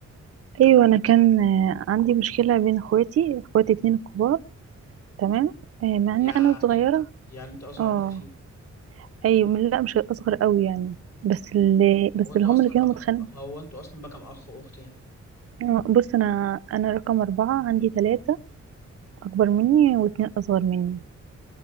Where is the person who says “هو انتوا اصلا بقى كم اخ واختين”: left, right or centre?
Left